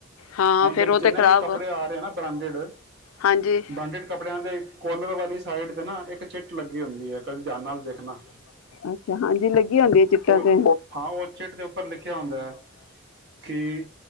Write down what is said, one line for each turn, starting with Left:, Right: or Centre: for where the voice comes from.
Left: ਹਾਂ
Right: ਹੁਣ
Left: ਫੇਰ
Right: ਜੇ
Left: ਉਹ
Right: ਜਿੰਨਾਂ
Left: ਤੇ ਖ਼ਰਾਬ
Right: ਦੀ ਕੱ ਕੱਪੜੇ ਆ ਰਹੇ ਨਾ ਬ੍ਰਾਂਡਡ
Left: ਹਾਂਜੀ
Right: ਬ੍ਰਾਂਡਿਡ ਕੱਪੜਿਆਂ ਦੇ ਕੋਲਰ ਵਾਲੀ ਸਾਈਡ ਤੇ ਨਾ ਇਕ ਚਿੱ ਟ ਲੱਗੀ ਹੁੰਦੀ ਹੈ ਕਦੇ ਜਾਨ ਨਾਲ ਦੇਖਣਾ
Left: ਅੱਛਾ ਹਾਂਜੀ ਲੱਗੀ ਹੁੰਦੀ ਚਿੱਟਾਂ
Right: ਉਹ
Left: ਤੇ
Right: ਹਾਂ ਉਹ ਚਿੱਟ ਦੇ ਉੱਪਰ ਲਿਖਿਆ ਹੁੰਦਾ ਹੈ ਕਿ